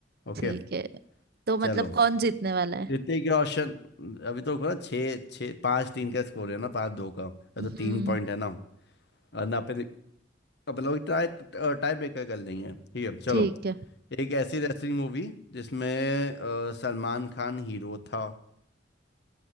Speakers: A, on the left; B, on the right.
A: ओके
B: ठीक है तो मतलब
A: चलो
B: कौन जीतने वाला है
A: जीतने के ऑप्शन अभी तो रुको ना छः छः पाँच तीन का स्कोर है ना पाँच दो का अरे
B: हम्म
A: तो तीन पॉइंट है ना और ना अपन अपन लोग ट्राई टाई ब्रेकर कर लेंगे ठीक है चलो
B: ठीक है
A: एक ऐसी रेसलिंग मूवी जिसमें अ, सलमान खान हीरो था